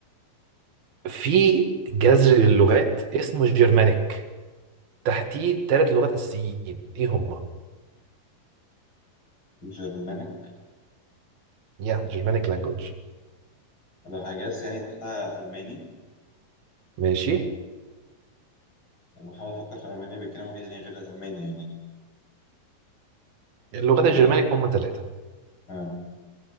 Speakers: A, on the right; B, on the left.
A: في جذر للغات اسمه الجرمانيك تحتيه ثلاث لغات اساسيين ايه هما
B: جرمانيك
A: يا جرمانيك لانجوج
B: لو هجاس يعني تحتها ألماني
A: ماشي
B: وبحاول أفكر في ألمانيا بيتكلموا إيه تاني غير الألماني يعني
A: اللغات
B: أه،
A: الجرمانيك هما ثلاثه
B: آه.